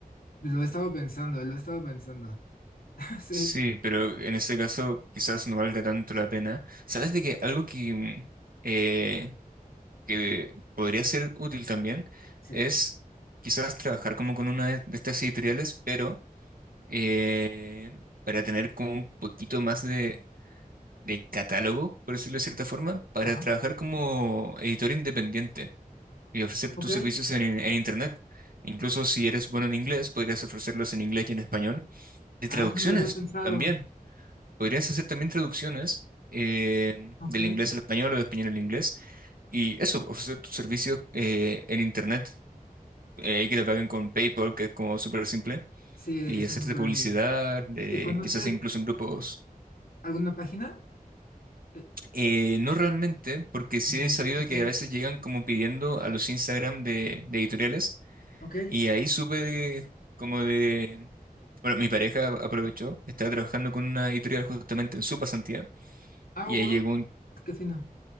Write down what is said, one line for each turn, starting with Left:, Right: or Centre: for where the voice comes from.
Left: lo he estado pensando, lo he estado pensando. <laughs>
Right: Sí, pero en este caso quizás no valga tanto la pena. ¿Sabes de que algo que, mm, eh, que podría ser útil también
Left: Sí,
Right: es
Left: sí.
Right: quizás trabajar como con una de de estas editoriales, pero eh, para tener como un poquito más de, de catálogo, por decirlo de cierta forma, para
Left: Ajá.
Right: trabajar como editor independiente y ofrecer
Left: Ok.
Right: tus servicios en, en Internet. Incluso si eres bueno en inglés, podrías ofrecerlos en inglés y en español. De
Left: Ah,
Right: traducciones
Left: eso no lo había pensado.
Right: también podrías hacer también traducciones eh,
Left: Ok.
Right: del inglés al español o del español al inglés y eso, ofrecer tus servicios eh, en internet, eh, ahí que te paguen con PayPal, que es como súper simple,
Left: Sí, está
Right: y hacerte
Left: muy práctico.
Right: publicidad, eh,
Left: ¿Y conoces
Right: quizás incluso en grupos.
Left: alguna página? Eh,
Right: Eh, no realmente, porque sí
Left: como,
Right: he sabido
Left: ok,
Right: que a veces llegan como pidiendo a los Instagram de, de editoriales
Left: ok.
Right: y ahí supe de- como de... Bueno, mi pareja aprovechó, estaba trabajando con una editorial justamente en su pasantía
Left: Ah,
Right: y
Left: wow,
Right: ahí llegó un
Left: qué fino.